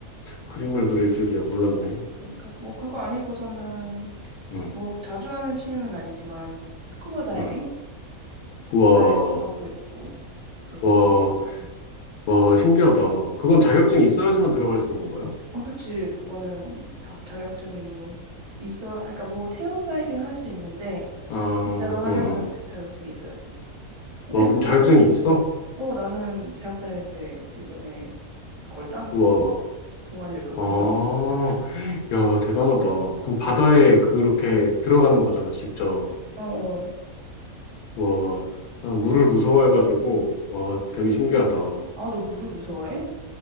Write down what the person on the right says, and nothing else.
그러니까, 뭐 그거 아니고서는
뭐 자주 하는 취미는 아니지만 스쿠버 다이빙?
스쿠버
다이빙 하고 있고, 그렇지.
음.
어, 그치. 그거는 다 자격증이 있어. 아, 그러니까 뭐 체험 다이빙 할 수 있는데
진짜로 하려면은
자, 자격증이 있어야지. 근데
요즘에는
어, 어 나는 대학 다닐 때 예전에 그걸 따놨었지.
동아리를 그걸
해가지고.
어, 어.
아, 너 물을 무서워해?